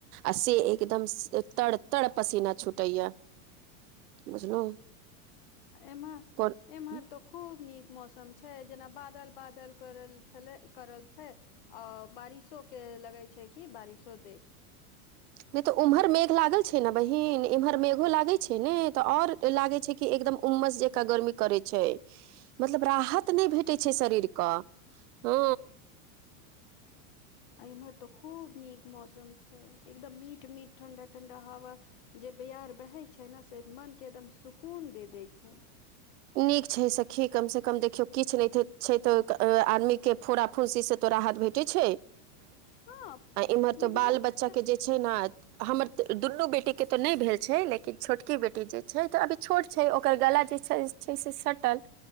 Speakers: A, on the right (about 80°); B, on the left (about 40°).
A: आ से एकदम तड़ तड़ पसीना छूटैया बुझलहु।
B: एमहर।
A: कोन
B: एम्हर तो खूब नीक मौसम छै जेना बादल बादल करल छले करल छै। अ बारिशो के लगे छै कि बारिशो देत।
A: नहि तऽ उम्हर मेघ लागल छै ने बहिन एमहर मेघो लागे छै ने तऽ और लागे छै कि एकदम उमस जे। गर्मी करै छै मतलब राहत। नहि भेटै
B: बताउ
A: छै शरीर ह।
B: आ इम्हर तो खूब नीक मौसम छै एकदम मीट मीट ठंडा ठंडा हवा। जे ब्यार बहै छै ने से मनके एकदम सुकून दे दै छै।
A: नीक छै सखी कम से कम देखियो किछु नहि छै तो आदमी के फोडा फुंसी से तो राहत भेट। ट्य छै
B: हँ
A: इमर त
B: ई मार्क
A: बाल बच्चा।
B: तऽ
A: जे छै ने हमर दुनू बेटी के तऽ नहि भेल छै लेकिन छोटकी। की बेटी जे छै तऽ अभी छोट छै ओकर गला जे छै। छै से सटल